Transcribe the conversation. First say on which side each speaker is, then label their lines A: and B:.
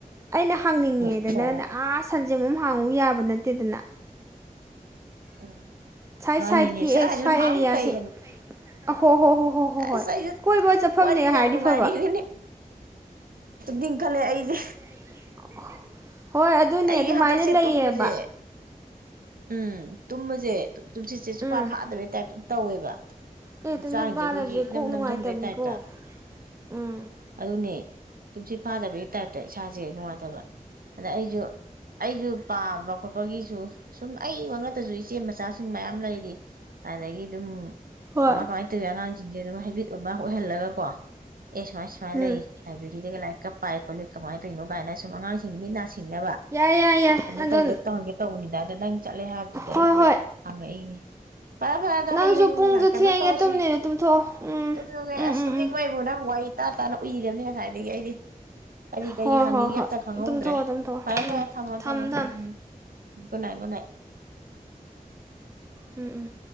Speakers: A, on the right (about 20°); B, on the right (about 75°).
A: ꯑꯩꯅ ꯍꯪꯅꯤꯡꯉꯦꯗꯅ
B: ꯑꯣ ꯑꯣ
A: ꯑꯥ ꯖꯃꯝ ꯍꯥꯡꯉꯨ ꯌꯥꯕ ꯅꯠꯇꯦꯗꯅ
B: ꯑꯥ
A: ꯁꯥꯏꯠ
B: ꯃꯅꯤꯅꯦ
A: ꯁꯥꯏꯠꯀꯤ
B: ꯁꯥ
A: ꯑꯦ ꯁ꯭ꯋꯥꯏ
B: ꯃꯥꯉ
A: ꯑꯦꯔꯤꯌꯥꯁꯦ
B: ꯀꯥꯏ
A: ꯑꯍꯣ ꯍꯣ ꯍꯣ ꯍꯣ ꯍꯣ ꯍꯣꯏ
B: ꯑꯁꯥꯏ
A: ꯀꯣꯏꯕ ꯆꯠꯐꯝꯅꯦ
B: ꯋꯥꯅꯤ
A: ꯍꯥꯏꯔꯗꯤ
B: ꯌꯥꯝ ꯌꯥꯝ ꯅꯅꯨꯡ
A: ꯐꯕ
B: ꯉꯅꯤ ꯀꯅꯨꯠꯇ ꯈꯜꯂꯦ ꯑꯩꯁꯦ
A: <unintelligible> <inaudible> ꯑꯗꯨꯅꯦ
B: ꯑꯩꯒꯤ
A: ꯑꯗꯨꯃꯥꯏꯅ
B: ꯍꯟꯗꯛꯁꯦ
A: ꯂꯩꯌꯦꯕ
B: ꯇꯨꯝꯕꯁꯦ ꯎꯝ ꯇꯨꯝ ꯃꯖꯦ ꯍꯥꯏ ꯆꯨꯝꯁꯤꯠꯦ ꯆꯨꯞꯐꯥ
A: ꯎꯝ
B: ꯐꯥꯗꯕꯩ ꯇꯥꯏꯞꯇ ꯇꯧꯋꯦꯕ
A: ꯑꯦ
B: ꯍꯛꯆꯥꯡꯁꯦ
A: ꯇꯨꯝꯁꯤꯠ ꯐꯥꯗꯕꯁꯦ
B: ꯑꯩꯈꯣꯏꯒꯤ
A: ꯀꯣꯛ
B: ꯏꯅꯝ
A: ꯅꯨꯡꯉꯥꯏꯇꯕꯅꯤꯀꯣ
B: ꯅꯝꯁꯤꯟꯕꯩ ꯇꯥꯏꯞꯇ
A: ꯎꯝ
B: ꯑꯗꯨꯅꯦ ꯇꯨꯝꯁꯤ ꯐꯥꯗꯕꯒꯤ ꯇꯥꯏꯞꯇ ꯏꯁꯥꯁꯦ ꯅꯨꯡꯉꯥꯏꯇꯕ ꯑꯗ ꯑꯩꯁꯨ ꯑꯩꯁꯨ ꯄꯥꯕ ꯈꯣꯠꯄꯒꯤꯁꯨ ꯁꯨꯝ ꯑꯩ ꯋꯥ ꯅꯛꯇꯁꯨ ꯏꯆꯦ ꯃꯆꯥꯁꯤꯡ ꯃꯌꯥꯝ ꯂꯩꯔꯤ ꯑꯗꯒꯤ ꯑꯗꯨꯝ
A: ꯍꯣꯏ
B: ꯀꯃꯥꯏ ꯀꯃꯥꯏꯅ ꯇꯧꯏꯤ ꯑꯉꯥꯡꯁꯤꯡ ꯁꯤꯡꯁꯦ ꯑꯗꯨꯝ ꯍꯥꯏꯕꯤꯠ ꯑꯃ ꯑꯣꯏꯍꯜꯂꯒ ꯀꯣ ꯑꯦ ꯁꯨꯃꯥꯏ ꯁꯨꯃꯥꯏ
A: ꯎꯝ
B: ꯂꯩ ꯂꯥꯏꯕ꯭ꯔꯦꯔꯤꯗꯒꯤꯒ ꯂꯥꯏꯛ ꯄꯥꯏ ꯈꯣꯠꯂꯨ ꯀꯃꯥꯏꯅ ꯇꯧꯔꯤꯅꯣ ꯀꯥꯏꯅ ꯁꯨꯝ ꯑꯉꯥꯡꯁꯤꯡꯁꯤ ꯃꯤꯠ ꯅꯥ ꯁꯤꯡꯅꯕ
A: ꯌꯥꯏ ꯌꯥꯏ ꯌꯥꯏ
B: ꯀꯩꯅꯣ
A: ꯑꯗꯣ
B: ꯇꯧꯒꯦ ꯇꯧꯒꯦ ꯇꯧꯕꯅꯤꯗ ꯅꯪ ꯆꯠꯂꯦ ꯍꯥꯏꯕꯗꯨꯗ
A: ꯍꯣꯏ
B: ꯑꯩꯁꯦ
A: ꯍꯣꯏ
B: ꯍꯪꯉꯛꯏꯅꯦ ꯐꯔꯦ ꯐꯔꯦ ꯑꯗꯣ
A: ꯅꯪꯁꯨ
B: ꯍꯌꯦꯡ
A: ꯄꯨꯡꯁꯨ
B: ꯀꯩꯅꯣ
A: ꯊꯦꯡꯉꯦ
B: ꯇꯧꯔꯁꯦ
A: ꯇꯨꯝꯅꯤꯗ ꯇꯨꯝꯊꯣꯛꯑꯣ ꯎꯝ
B: ꯇꯨꯝꯅꯤꯡꯉ
A: ꯎꯝ
B: ꯑꯁ
A: ꯎꯝ
B: ꯇꯨꯝꯅꯤꯡꯉꯣꯏꯕꯨ
A: ꯎꯝ
B: ꯅꯪ ꯋꯥ ꯇꯇꯥ ꯇꯥꯅ ꯎꯏꯅꯦ ꯉꯁꯥꯏꯗꯒꯤ ꯑꯩꯗꯤ ꯀꯔꯤ ꯀꯔꯤ
A: ꯍꯣꯏ
B: ꯍꯪꯉꯤꯒꯦ
A: ꯍꯣꯏ ꯍꯣꯏ
B: ꯑꯝꯇ ꯈꯪꯍꯧꯗ꯭ꯔꯦ
A: ꯇꯨꯝꯊꯣꯛꯑꯣ ꯇꯨꯝꯊꯣꯛꯑꯣ
B: ꯐꯔꯦ ꯐꯔꯦ
A: ꯎꯝ
B: ꯊꯝꯃꯣ
A: ꯊꯝ
B: ꯊꯝꯃꯣ ꯊꯝꯃꯣ
A: ꯊꯝ
B: ꯎꯝ ꯒꯅꯦ
A: ꯎꯝ ꯎꯝ